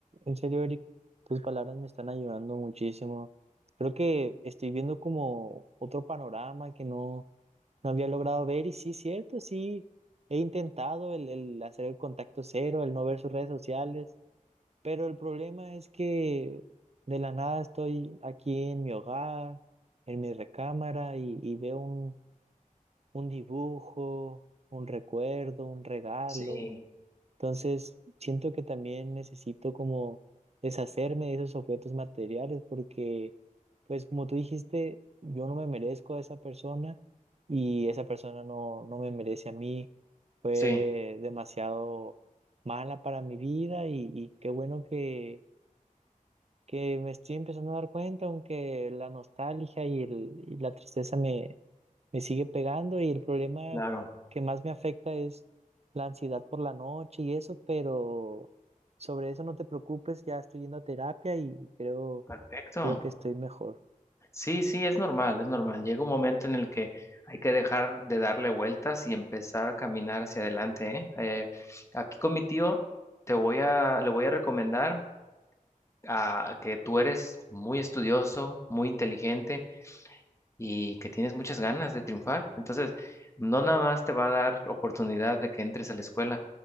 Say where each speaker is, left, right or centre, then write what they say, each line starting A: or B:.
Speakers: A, on the right; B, on the left.
A: En serio, Eric, tus palabras me están ayudando muchísimo. Creo que estoy viendo como otro panorama que no, no había logrado ver y sí, cierto, sí, he intentado el, el hacer el contacto cero, el no ver sus redes sociales, pero el problema es que de la nada estoy aquí en mi hogar, en mi recámara y, y veo un, un dibujo, un recuerdo, un regalo.
B: Sí,
A: Entonces, siento que también necesito como deshacerme de esos objetos materiales porque, pues como tú dijiste, yo no me merezco a esa persona y esa persona no, no me merece a mí. Fue
B: sí,
A: demasiado mala para mi vida y, y qué bueno que, que me estoy empezando a dar cuenta, aunque la nostalgia y, el- y la tristeza me sigue pegando y el problema
B: claro,
A: que más me afecta es la ansiedad por la noche y eso, pero sobre eso no te preocupes, ya estoy yendo a terapia y creo,
B: perfecto.
A: creo que estoy mejor.
B: Sí, sí, es normal, es normal. Llega un momento en el que hay que dejar de darle vueltas y empezar a caminar hacia adelante, ¿eh? Eh, aquí con mi tío te voy a, le voy a recomendar a, que tú eres muy estudioso, muy inteligente. y que tienes muchas ganas de triunfar. Entonces, no nada más te va a dar oportunidad de que entres a la escuela,